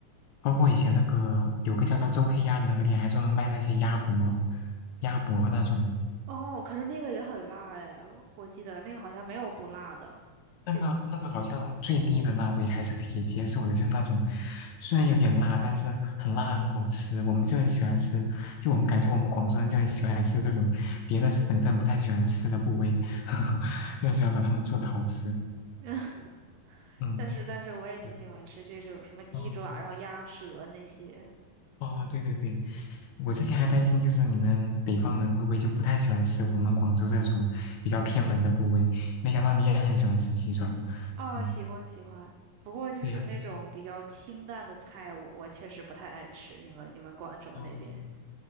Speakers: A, on the left; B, on the right.
A: 包括以前那个有个叫周黑鸭的那个店，还专门卖那些鸭脖、鸭脖那种，
B: 哦，可是那个也很辣哎，我记得那个好像没有不辣的，
A: 那个那个好像最低的那味还是可以接受的，
B: 就，
A: 就是那种虽然有点辣，但是很辣很好吃，我们就很喜欢吃，就我们感觉我们广州人就很喜欢吃这种别的省份不太喜欢吃的部位，<laughs> 就很喜欢把它们做的好吃。
B: <laughs>
A: 嗯，
B: 但是但是我也挺喜欢吃这种什么鸡爪，
A: 对嗯，哦
B: 然后鸭舌那些
A: 哦，对对对，我之前还担心就是你们北方人会不会就不太喜欢吃我们广州这种比较偏门的部位，没想到你也很喜欢吃鸡爪。
B: 啊，
A: 嗯，
B: 喜欢喜欢。不过就是那种比较清淡的菜，
A: 对呀。
B: 我我确实不太爱吃。你们你们广州那边
A: 嗯。